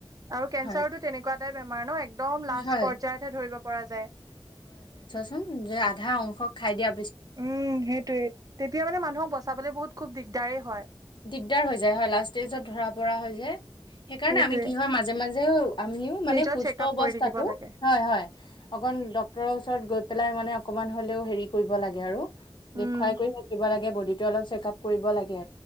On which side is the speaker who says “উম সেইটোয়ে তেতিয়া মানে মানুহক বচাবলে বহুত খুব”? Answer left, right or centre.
Right